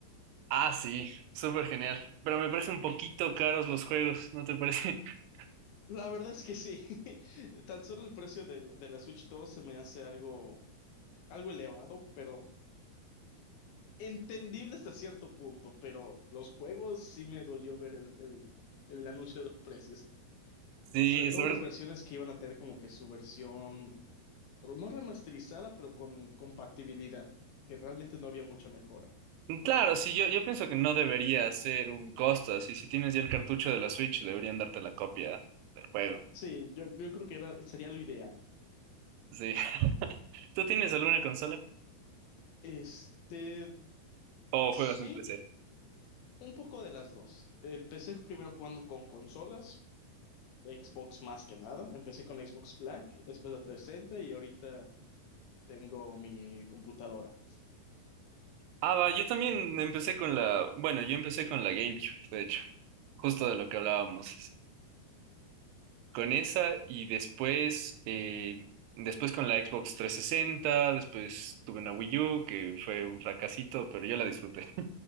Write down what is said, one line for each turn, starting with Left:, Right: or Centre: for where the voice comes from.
Right: Ah, sí, súper genial. Pero me parece un poquito caros los juegos, ¿no te parece? <laughs>
Left: La verdad es que sí. <laughs> Tan solo el precio de, la- de la Switch 2 se me hace algo, algo elevado, pero entendible hasta cierto punto. Pero los juegos sí me dolió ver el, el, el anuncio de los precios.
Right: Sí,
Left: Sobre todo
Right: sobre...
Left: las versiones que iban a tener como que su versión. pero no remasterizada, pero con compatibilidad, que realmente no había mucha mejora.
Right: Claro, sí, yo, yo pienso que no debería ser un costo, así si tienes ya el cartucho de la Switch, deberían darte la copia del juego.
Left: Sí, yo, yo creo que era, sería lo ideal.
Right: Sí. <laughs> ¿Tú tienes alguna consola?
Left: Este,
Right: ¿O
Left: sí,
Right: juegas en PC?
Left: un poco de las dos. Empecé primero jugando con consolas, de Xbox más que nada. Empecé con Xbox Black, después la 360 y ahorita tengo mi computadora.
Right: Ah, va, yo también empecé con la... Bueno, yo empecé con la GameCube, de hecho. Justo de lo que hablábamos, con esa y después, eh, después con la Xbox trescientos sesenta después tuve una Wii U que fue un fracasito, pero yo la disfruté.